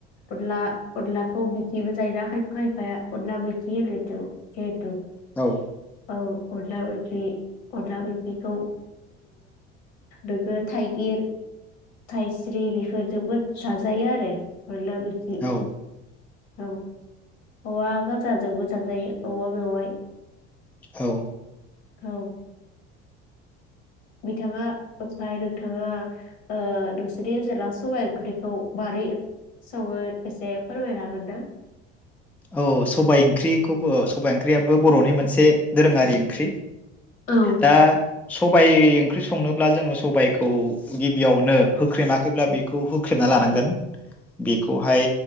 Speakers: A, on the left (about 65°); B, in the centre.
A: अनला अनलाखौ बिदिबो जायोना खायफा खायफाया अनब्ला मोखि होदोथ' जिहेथु
B: औ
A: औ अनला मैख्रि अनला मैखिखौ नोङो थाइगिर थाइस्रि बेफोरजोंबो जाजायो आरो अनला मैखि
B: औ
A: औ औवा गाजाजोंबो जांजायो औवा मेवाय
B: औ
A: औ बिथाङा ओमफ्राय नोंथाङा ओ नोंसोरनि ओनसोलाव सबाय ओख्रिखौ मोरै सङो एसे फोरमायनो हागोन ना?
B: औ सबाइ ओंख्रिखौबो औ सबाइ ओंख्रियाबो बर'नि मोनसे दोरोङारि ओंख्रि।
A: औ
B: दा सबाइ बे ओंख्रि संनोब्ला जोङो सबायखौ गिबियावनो होख्रेमाखैब्ला बेखौ होख्रेमना लानांगोन बेखौहाय